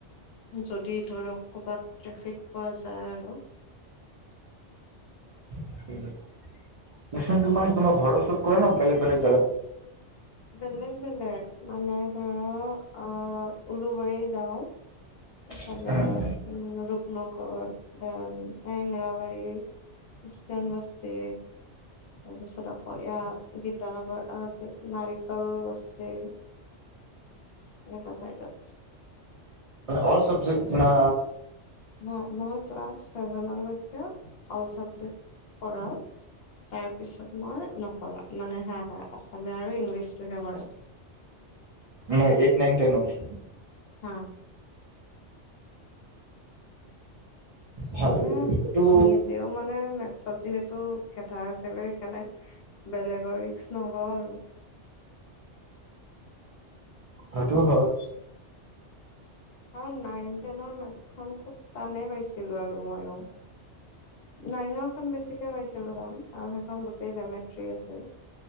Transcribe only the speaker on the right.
মচনটো মানে তোমাৰ ঘৰৰ ওচৰত কৰে ন বেলেগ বেলেগ জাগাত
আছে
অল চাবজেক্ট না
মই এইট নাইন টেনৰ
ভালে
দেখি এইটো
সেইটো হয়।